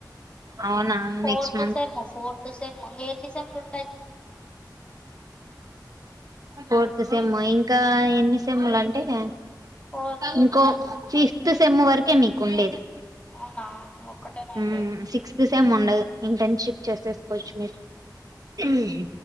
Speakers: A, on the right (about 55°); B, on the left (about 15°).
A: అవునా
B: fourth
A: next
B: sem fourth sem మంగ ఎన్ని సెమ్ లు
A: ఫోర్ ర్త్ సేమ్ ఇంకా ఎన్ని సేమ్లు అంటే ఇగ
B: ఫోర్త్
A: ఇంకో
B: ఇప్పుడు
A: ఫి ఫిఫ్త్ సెమ్ము వరకే మీకు ఉండేది
B: అవునా ఇంకొక్కటేనా
A: హ్మ్
B: అయితే
A: సిక్స్త్ సెమ్ ఉండదు ఇంటర్న్షిప్ చేసేసుకోవచ్చు మీర్ హమ్